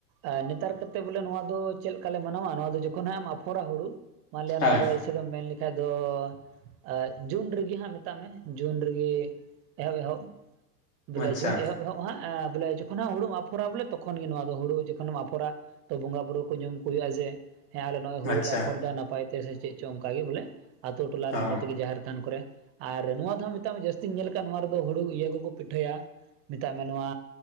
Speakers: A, on the right; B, on the left.
A: ᱟᱨ ᱱᱮᱛᱟᱨ ᱠᱟᱛᱮᱫ ᱵᱚᱞᱮ ᱱᱚᱣᱟ ᱫᱚ ᱪᱮᱫ ᱞᱮᱠᱟ ᱞᱮ ᱢᱟᱱᱟᱣᱟ ᱱᱚᱣᱟ ᱫᱚ ᱡᱚᱠᱷᱚᱱ ᱦᱟᱸᱜ ᱟᱢ ᱟᱯᱷᱚᱨᱟ ᱦᱩᱲᱩ ᱢᱟᱱᱞᱮᱭᱟ ᱱᱚᱣᱟ
B: ᱦᱮᱸ
A: ᱫᱚ ᱮᱥᱮ ᱜᱮᱢ ᱢᱮᱱ ᱞᱮᱠᱷᱟᱡ ᱫᱚ ᱟᱡ ᱡᱩᱱ ᱨᱮᱜᱤ ᱦᱟᱸᱜ ᱢᱮᱛᱟᱜ ᱢᱮ ᱡᱩᱱ ᱨᱮᱜᱤ ᱮᱦᱚᱵᱼᱮᱦᱚᱵ ᱵᱚᱞᱮ
B: ᱟᱪᱪᱷᱟ
A: ᱡᱩᱱ ᱮᱦᱚᱵᱼᱮᱦᱚᱵ ᱦᱟᱸᱜ ᱵᱚᱞᱮ ᱡᱩᱱ ᱠᱷᱚᱱᱟᱜ ᱦᱩᱲᱩᱢ ᱟᱯᱷᱚᱨᱟ ᱵᱚᱞᱮ ᱛᱚᱠᱷᱚᱱ ᱜᱮ ᱱᱚᱣᱟ ᱫᱚ ᱦᱩᱲᱩ ᱡᱚᱠᱷᱚᱱ ᱮᱢ ᱟᱯᱷᱚᱨᱟ ᱛᱚ ᱵᱚᱸᱜᱟ ᱵᱩᱨᱩ ᱠᱚ ᱧᱩ ᱠᱚ ᱦᱩᱭᱩᱜᱼᱟ ᱡᱮ ᱦᱮᱸ ᱟᱞᱮ ᱱᱚᱜᱚᱭ ᱦᱩᱲᱩ
B: ᱟᱪᱪᱷᱟ
A: ᱞᱮ ᱟᱯᱷᱚᱨ ᱫᱟ ᱱᱟᱯᱟᱭ ᱛᱮ ᱥᱮ ᱪᱮᱫ ᱪᱚᱝ ᱚᱱᱠᱟ ᱜᱮ ᱵᱚᱞᱮ ᱟᱛᱳ ᱴᱚᱞᱟ ᱨᱮᱱ
B: ᱚ
A: ᱦᱚᱲ ᱛᱮᱜᱤ ᱡᱟᱦᱮᱨ ᱛᱷᱟᱱ ᱠᱚᱨᱮ ᱟᱨ ᱱᱚᱣᱟ ᱫᱚ ᱢᱮᱛᱟᱜ ᱢᱮ ᱡᱟᱹᱥᱛᱤᱧ ᱧᱮᱞ ᱟᱠᱟᱫ ᱱᱚᱣᱟ ᱨᱮᱫᱚ ᱦᱩᱲᱩ ᱤᱭᱟᱹ ᱠᱚᱠᱚ ᱯᱤᱴᱷᱟᱹᱭᱟ ᱢᱮᱛᱟᱜ ᱢᱮ ᱱᱚᱣᱟ